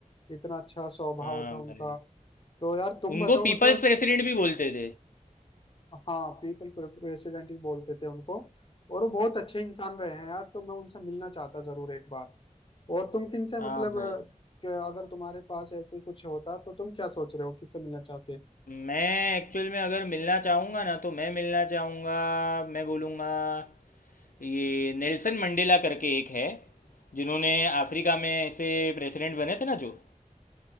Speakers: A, on the left; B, on the left.
A: इतना अच्छा स्वभाव
B: हाँ
A: था उनका
B: भाई
A: तो यार तुम
B: उनको
A: बताओ
B: पीपल्स
A: मतलब
B: प्रेसिडेंट भी बोलते थे
A: हाँ पीपल प्रेसिडेंट ही बोलते थे उनको और वो बहुत अच्छे इंसान रहे हैं यार तो मैं उनसे मिलना चाहता जरूर एक बार और तुम किन से
B: हाँ
A: मतलब
B: भाई
A: अ, कि अगर तुम्हारे पास ऐसे कुछ होता तो तुम क्या सोच रहे हो किससे मिलना चाहते
B: मैं एक्चुअल में अगर मिलना चाहूँगा ना तो मैं मिलना चाहूँगा मैं बोलूँगा ये नेल्सन मंडेला करके एक है जिन्होंने अफ्रीका में ऐसे प्रेसिडेंट बने थे ना जो